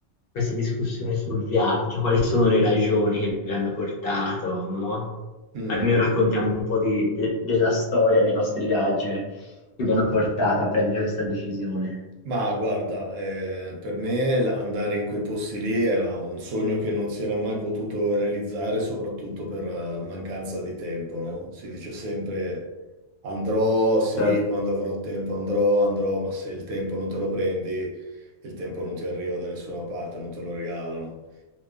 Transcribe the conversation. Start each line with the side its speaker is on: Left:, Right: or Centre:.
Left: questa discussione sul viaggio, quali sono le ragioni che vi hanno portato, no?
Right: mm.
Left: Almeno raccontiamo un po' di- de- della storia dei nostri viaggi che vi hanno portato a prendere questa decisione.
Right: Ma guarda, eh, per me l- andare in quei posti lì era un sogno che non si era mai potuto realizzare, soprattutto per eh, mancanza di tempo, no? Si dice sempre andrò, sì,
Left: Certo.
Right: quando avrò tempo andrò, andrò, ma se il tempo non te lo prendi, il tempo non ti arriva da nessuna parte, non te lo regalano.